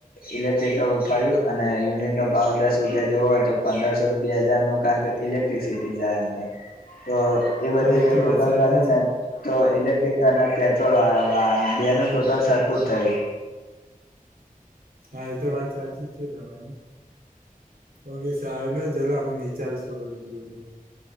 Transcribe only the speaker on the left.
ઇલેક્ટ્રિકલ ફર્યું અને યુનિટ નો પાવર દસ રૂપિયા જેવો હોય તો પંદરસો બે હજાર નોકાપે ઇલેક્ટ્રિસિટી જાય અંદર તો એ બધું
જે
ટોટલ
કર્યું
ને તો ઇલેક્ટ્રિક અને પેટ્રોલ વાળુ તેનું ટોટલ સરખું જ થયું